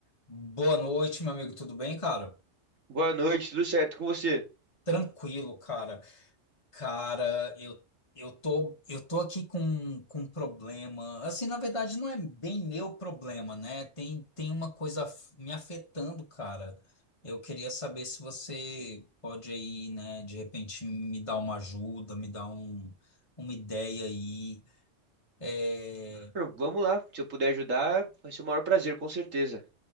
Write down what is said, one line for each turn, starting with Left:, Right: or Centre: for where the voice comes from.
Left: Boa noite, meu amigo. Tudo bem, cara?
Right: Boa noite, tudo certo com você?
Left: Tranquilo, cara. Cara, eu, eu tô, eu tô aqui com, com um problema. Assim, na verdade, não é bem meu problema, né? Tem, tem uma coisa af- me afetando, cara. Eu queria saber se você pode aí, né, de repente me dar uma ajuda, me dar um, uma ideia aí. É,
Right: Claro, Vamos lá, se eu puder ajudar, vai ser o maior prazer, com certeza.